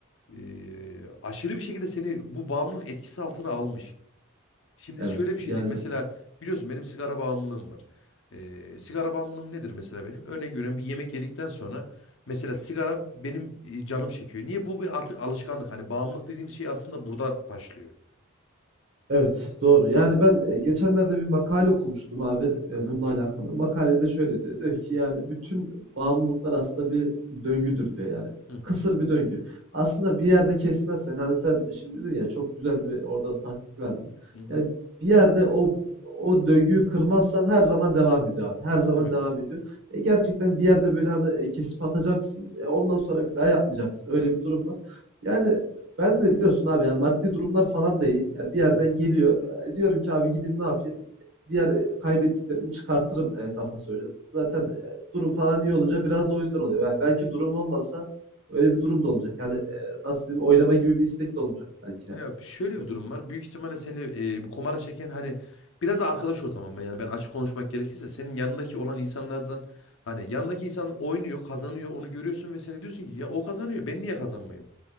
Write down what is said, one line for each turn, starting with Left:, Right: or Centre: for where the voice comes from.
Left: eee, aşırı bir şekilde seni bu bağımlılık etkisi altına almış. Şimdi
Right: Evet.
Left: şöyle bir şey
Right: Yani
Left: diyeyim. Mesela biliyorsun benim sigara bağımlılığım var. Ee, sigara bağımlılığım nedir mesela benim? Örnek veriyorum bir yemek yedikten sonra mesela sigara benim e, canım çekiyor. Niye? Bu bir artık alışkanlık. Hani bağımlılık dediğimiz şey aslında burada başlıyor.
Right: Evet, doğru. Yani ben e, geçenlerde bir makale okumuştum abi e,
Left: Aha.
Right: bununla alakalı. Makalede şöyle diyor. Diyor ki yani bütün bağımlılıklar aslında bir döngüdür diyor yani.
Left: Hı hı.
Right: Kısır bir döngü. Aslında bir yerde kesmezsen hani sen şimdi dedin ya çok güzel bir orada taktik verdin.
Left: Hı hı.
Right: Yani bir yerde o o döngüyü kırmazsan her zaman devam ediyor abi. Her zaman
Left: Evet.
Right: devam ediyor. E, gerçekten bir yerde böyle hani e, kesip atacaksın. E, ondan sonra bir daha yapmayacaksın. Öyle bir durum var. Yani ben de biliyorsun abi yani maddi durumlar falan da iyi. Yani bir
Left: Hı
Right: yerden
Left: hı.
Right: geliyor. E, Diyorum ki abi gideyim ne yapayım? Diğer e, kaybettiklerimi çıkartırım e, kafası oynuyor. Zaten
Left: Evet.
Right: e, durum falan iyi olunca biraz da o yüzden oluyor. Yani belki durum olmasa öyle bir durum da olacak. Yani e, nasıl diyeyim oynama gibi bir istek de olmayacak belki
Left: Ya
Right: yani.
Left: şöyle
Right: Öyle.
Left: bir durum var. Büyük ihtimalle seni e, bu kumara çeken hani biraz da arkadaş ortamı. Yani ben açık konuşmak gerekirse senin yanındaki olan insanlardan hani yanındaki insan oynuyor, kazanıyor, onu görüyorsun ve sen de diyorsun ki ya o kazanıyor, ben niye kazanmayayım?